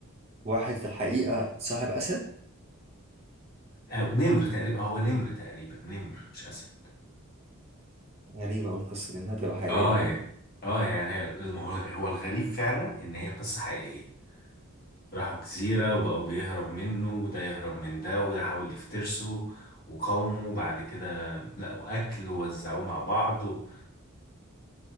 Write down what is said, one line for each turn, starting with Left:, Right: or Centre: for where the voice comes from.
Right: واحد في الحقيقه صاحب اسد
Left: أو نمر تقريبا هو نمر تقريبا نمر مش اسد
Right: غريبه اقول القصه دي انها تبقى حقيقيه
Left: اه يا- اه يعني هي- ما هو الغ- هو الغريب فعلا ان هي قصة حقيقية راحوا جزيرة وبقوا بيهرب منه وده يهرب من ده وده حاول يفترسه وقاومه بعد كده لقوا اكل ووزعوه مع بعض و...